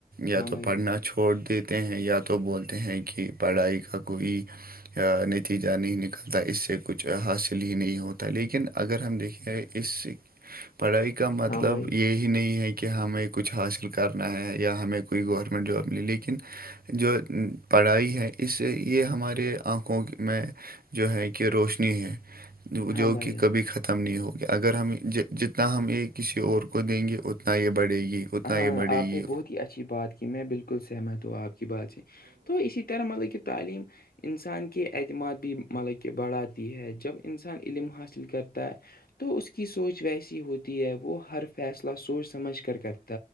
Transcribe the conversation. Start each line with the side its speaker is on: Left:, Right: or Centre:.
Right: یا
Left: ہاں بھائی
Right: تو پڑھنا چھوڑ دیتے ہیں یا تو بولتے ہیں کہ پڑھائی کا کوئی نتیجہ نہیں نکلتا اس سے کچھ حاصل ہی نہیں ہوتا لیکن اگر ہم دیکھیں اس
Left: <inaudible>
Right: پڑھائی کا مطلب
Left: ہاں بھائی
Right: یہی نہیں ہے کہ ہمیں کچھ حاصل کرنا ہے یا ہمیں کوئی گورنمنٹ جاب ملی لیکن جو پڑھائی ہے اس سے یہ ہمارے آنکھوں میں جو ہے کہ روشنی ہے جو
Left: ہاں بھائی
Right: کہ
Left: جان
Right: کبھی ختم ختم نہیں ہوگی اگر ہم جتنا ہم یہ کسی اور کو دیں گے اتنا یہ بڑھے گی اتنا
Left: ہاں
Right: یہ بڑھے
Left: آپ
Right: گی
Left: نے بہت ہی اچھی بات کی میں بالکل سہمت ہوں آپ کی بات سے تو اسی تیرمل کی تعلیم انسان کے اعتماد بھی ملب کہ بڑھاتی ہے جب انسان علم حاصل کرتا ہے تو اس کی سوچ ویسی ہوتی ہے وہ ہر فیصلہ سوچ سمجھ کر کر